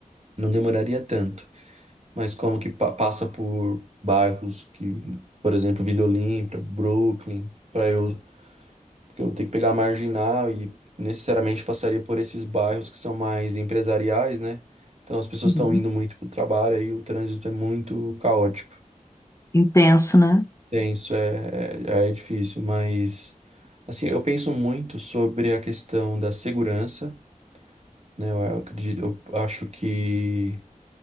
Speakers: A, on the right (about 50°); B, on the left (about 20°).
A: não demoraria tanto. Mas como que pa- passa por bairros que, por exemplo, Vila Olímpia, Brooklyn, para eu. Porque eu vou ter que pegar a marginal e necessariamente passaria por esses bairros que são mais empresariais, né? Então as pessoas
B: Uhum.
A: estão indo muito para o trabalho, aí o trânsito é muito caótico.
B: Intenso, né?
A: Tenso, é, é, é difícil, mas assim, eu penso muito sobre a questão da segurança, né? Eu acredito, eu acho que